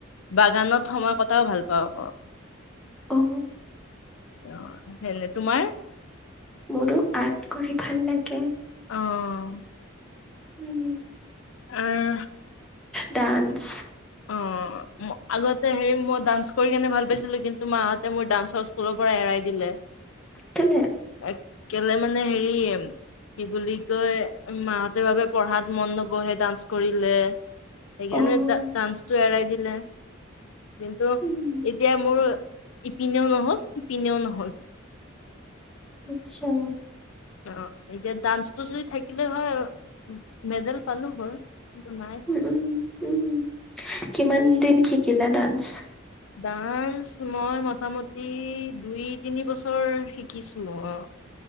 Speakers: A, on the left (about 75°); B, in the centre.
A: বাগানত সময় কটাও ভাল পাওঁ মই,
B: অ'।
A: অ হেলে তোমাৰ।
B: মোৰো টো আৰ্ট কৰি ভাল লাগে
A: অ'
B: উম,
A: আহ,
B: ডাঞ্চ,
A: অ ম আগতে হেই মই ডান্স কৰি কেনে ভাল পাইছিলো, কিন্তু মাহঁতে মোৰ ডাঞ্চৰ স্কুলৰ পৰা এৰাই দিলে।
B: তেলে।
A: এ, কেলে মানে হেৰি কি বুলি কয়, মাহতে ভাবে পঢ়াত মন নবহে ডান্স কৰিলে। সেইকাৰণে
B: অ',
A: ডা ডান্সটো এৰাই দিলে। কিন্তু,
B: উম,
A: এতিয়া মোৰ ইপিনেও নহ'ল, সিপিনেও নহ'ল।
B: আচ্ছা।
A: অ এতিয়া ডাঞ্চটো যদি থাকিলে হয় মেডেল পালোঁ হয় কিন্তু নাই।
B: উম উম কিমান দিন শিকিলা ডাঞ্চ,
A: ডান্স মই মোটামুটি দুই তিনি বছৰ শিকিছো, অ।